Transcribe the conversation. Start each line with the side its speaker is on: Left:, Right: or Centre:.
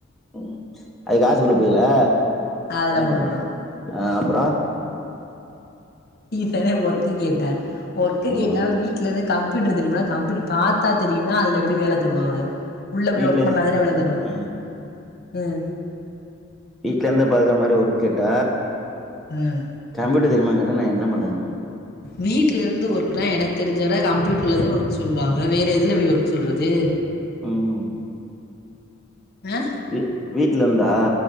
Centre: ம் அதுக்கு காசு குடுபிகளா
Left: அதெல்லா
Centre: ஏ
Left: குடுக்க
Centre: மா
Left: மாட்டோ
Centre: அ அப்பறோ
Left: நீதான ஒர்க்கு கேட்ட ஒர்க்கு
Centre: ஆமா
Left: கேட்டா வீட் வீட்ல இருந்து கம்ப்யூட்ரு தெரியுமானா கம்ப்யூட்ரு பாத்தா தெரியும்னா அதுல எப்டி வேல தருவாங்க உள்ள போயி
Centre: வீட்ல
Left: ஒர்க்
Centre: இருந்து
Left: பண்ணாதானே வேல தருவாக
Centre: ஆ
Left: ம்
Centre: வீட்ல இருந்தே பாக்குற மாரி ஒர்க் கேட்ட
Left: ம்
Centre: கம்ப்யூட்ரு தெரியுமான் கேட்டா நா என்ன பண்ண முடியு
Left: வீட்ல இருந்து ஒர்க்னா எனக்கு தெரிஞ்சவற கம்யூட்ருலதே ஒர்க் சொல்வாக வேற எதுல போய் ஒர்க் சொல்றது
Centre: ம்
Left: அ
Centre: வீ வீட்ல இருந்தா